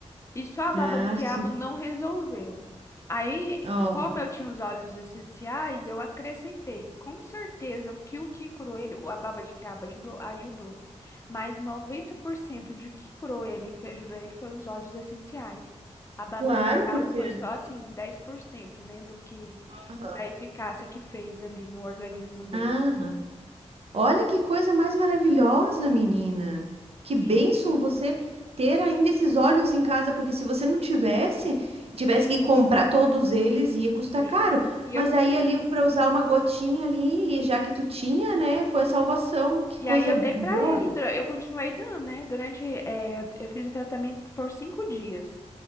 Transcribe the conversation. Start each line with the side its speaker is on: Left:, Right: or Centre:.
Left: E só a baba
Right: Ah,
Left: do quiabo
Right: sim.
Left: não resolveu. Aí,
Right: Ó,
Left: como eu tinha os óleos essenciais, eu acrescentei. Com certeza que o que curou ele, ou a baba de quiabo ajudou, ajudou. Mas 90% de que curou ele, que ajudou ele, foi os óleos essenciais. A baba
Right: claro,
Left: de quiabo
Right: porque
Left: foi só assim, 10%, né, do que
Right: Aham.
Left: da eficácia que fez ali no organismo dele.
Right: Aham. Olha que coisa mais maravilhosa, menina. Que bênção
Left: Sim,
Right: você ter ainda esses olhos em casa, porque se você não tivesse,
Left: Sim.
Right: tivesse que comprar todos eles, ia custar
Left: sim.
Right: caro.
Left: E
Right: Mas
Left: eu tenho
Right: aí ali para usar uma gotinha ali, e já que tu tinha, né, foi a salvação. Que
Left: E
Right: coisa
Left: aí eu
Right: boa.
Left: dei pra ele, dura- eu continuei dando, né? Durante, eh, eu eu fiz o tratamento por cinco dias.